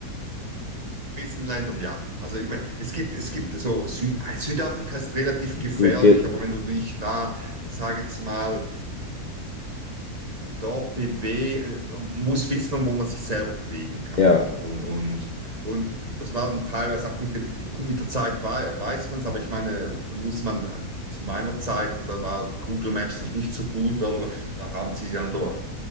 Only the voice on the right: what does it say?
gewissen Ländern, ja. Also ich meine, es gibt, es gibt so, Sü Südafrika ist relativ gefährlich,
aber wenn du dich da, sag jetzt mal, da bewe muss wissen, wo man sich selber bewegen kann,
oder? Und, und, und das war dann teilweise auch mit dem, mit der Zeit wei- weiß man es, aber ich meine, da muss man äh, zu meiner Zeit, da war Google Maps noch nicht so gut, oder? Da haben sie dann durch,